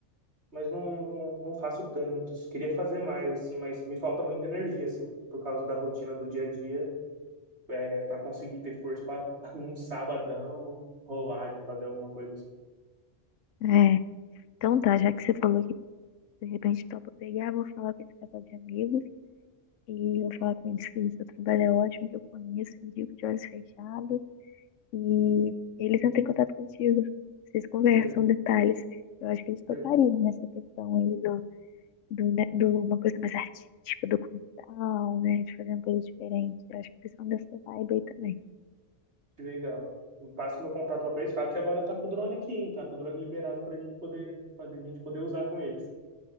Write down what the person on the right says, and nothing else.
mas não, não, não faço tantos. Queria fazer mais, assim, mas me falta muita energia, assim, por causa da rotina do dia a dia, é, para conseguir ter força para <laughs> um sabadão rolar de fazer alguma coisa assim.
Per-
per-
Que legal. Eu Passo meu contato para eles, falo que agora tá com o drone aqui, hein? Tá com o drone liberado pra gente poder, pra gente poder usar com eles.